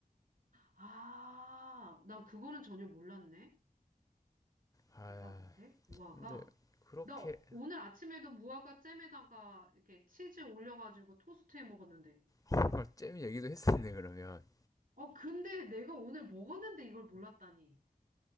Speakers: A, on the right (about 65°); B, on the left (about 25°).
A: 아, 난 그거는 전혀 몰랐네.
B: 아
A: 대박인데? 무화과?
B: 근데 그렇게
A: 나 오늘 아침에도 무화과 잼에다가 이렇게 치즈 올려가지고 토스트 해 먹었는데.
B: 정잼 얘기도 했었네 그러면.
A: 어, 근데 내가 오늘 먹었는데 이걸 몰랐다니.